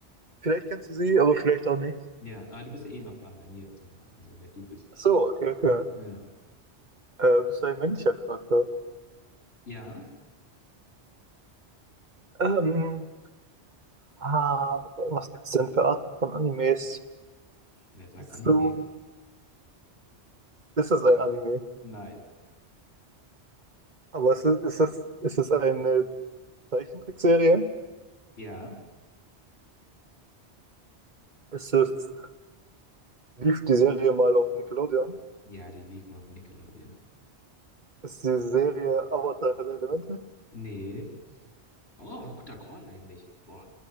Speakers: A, on the right; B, on the left.
A: vielleicht kennst du sie, aber vielleicht auch nicht.
B: Ja, aber du bist ja eh noch dran bei mir zum Raten, also wer du bist.
A: Ach So, okay, okay.
B: Ja.
A: Äh, bist du ein männlicher Charakter?
B: Ja?
A: Ähm, ah, was gibt's denn für Arten von Animes?
B: Wer sagt Anime?
A: So, ist es ein Anime?
B: Nein.
A: Aber ist es, ist es, ist es eine Zeichentrickserie?
B: Ja?
A: Ist es, lief die Serie mal auf Nickelodeon?
B: Ja, die lief mal auf Nickelodeon.
A: Ist die Serie Avatar Herr der Elemente?
B: Nee. Oh, ein guter Call eigentlich. Boah,